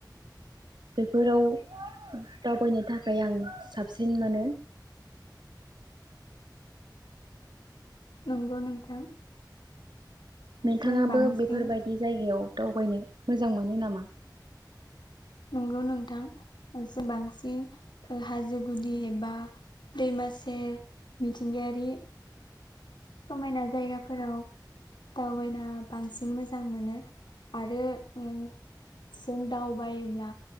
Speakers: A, on the right; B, on the left.
A: बैफोराव दावबायनो थाखाय आं साबसिन मोनो।
B: नोंगौ नोंथां।
A: नोंथाङाबो
B: जों बांसिन
A: बेफोरबायदि जायगायाव दावबायनो मोजां मोनो नामा?
B: नंगौ नोंथां। जों बांसिन ओ हाजो गुदि एबा दैमा सेर मिथिंगायारि समायना जायगाफोराव दावबायना बांसिन मोजां मोनो आरो ओम जों दावबायोब्ला